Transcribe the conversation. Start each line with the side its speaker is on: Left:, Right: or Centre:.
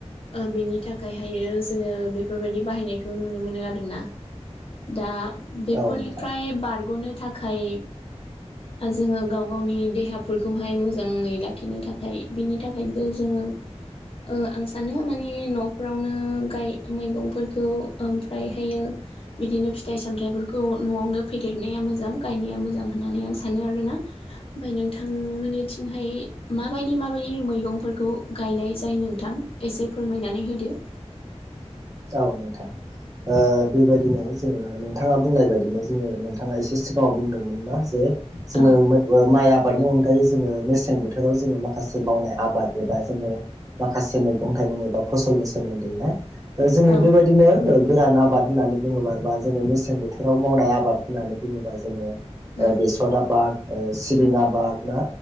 Left: ओ बेनि थाखायहायो जोङो बेफोरबायदि बाहायनायखौ नुनो मोनो आरोना। दा बेफोरनिफ्राय
Right: औ नोंथां
Left: बारग'नो थाखाय जोङो गाव गावनि देहाफोरखौहाय मोज मोजाङै लाखिनो थाखाय बिनि थाखायबो जोङो ओ‌ आं सानो माने न'फोरावनो गाय मैगंफोरखौ ओमफ्रायहायो बिदिनो फिथाइ-सामथाइफोरखौ न'आवनो फेदेरनाया मोजां गायनाया मोजां होननानै आं सानो आरोना। ओमफ्राय नोंथां मोननिथि हाय माबायदि माबायदि मैगंफोरखौ गायनाय जायो नोंथां एसे फोरमायनानै होदो। <inaudible>
Right: औ नोंथां। ओ बेबायदिनो जोङो नोंथाङा बुंनाय बायदिनो जोङो नोंथाङा एसे सिगाङाव बुंदोंमोन ना जे जोङो
Left: औ
Right: माय आ आबादनि अनगायै जोङो मेसें बोथोराव जोङो माखासे मावनाय आबाद एबा जोङो माखासे मैगं-थाइ एबा फसलनि सोमोन्दै ना ओ जोङो
Left: औ
Right: बेबायदिनो ओ गोरान आबाद होननानै बुङोबा बा जोङो मेसें बोथोराव मावनाय आबाद होननानै बुङोबा जोङो ओ
Left: उम
Right: बेसर आबाद ओ सिबिं आबाद ना